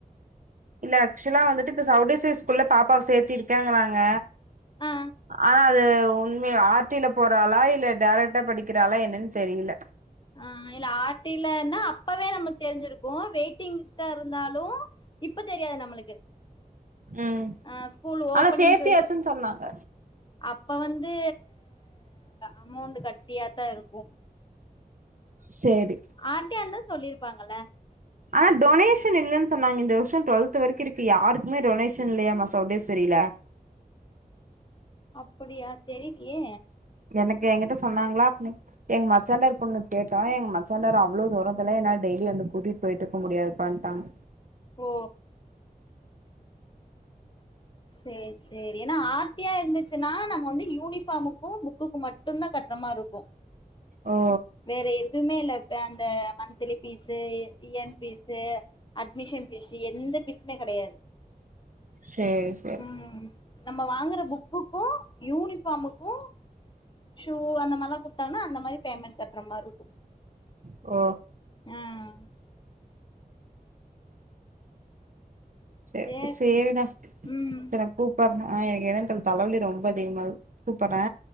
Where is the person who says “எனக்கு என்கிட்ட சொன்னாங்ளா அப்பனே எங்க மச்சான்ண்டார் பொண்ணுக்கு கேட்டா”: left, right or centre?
Right